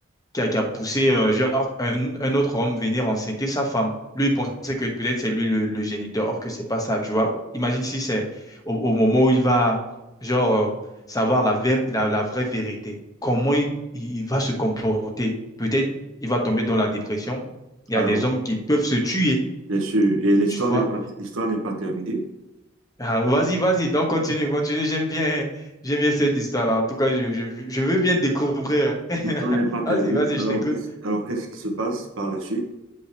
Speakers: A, on the left; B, on the right.
A: qui a, qui a poussé euh, genre un, un autre homme venir enceinter sa femme. Lui, il pensait que peut-être c'est lui le, le géniteur, or que c'est pas ça, tu vois. Imagine si c'est au, au moment où il va genre euh, savoir la, vé- la, la vraie vérité, comment il, il il va se comporter. Peut-être il va tomber dans la dépression. Il
B: Alors,
A: y a des hommes qui peuvent se tuer,
B: bien sûr. Et l'histoire
A: tu vois.
B: n'est pas, l'histoire n'est pas terminée.
A: Ah, vas-y, vas-y, donc continue, continue. J'aime bien, j'aime bien cette histoire-là. En tout cas, je, je, je veux bien découvrir. <laughs>
B: L'histoire n'est pas terminée.
A: Vas-y, vas-y,
B: Alors,
A: je t'écoute.
B: qu'est-ce, alors, qu'est-ce qui se passe par la suite?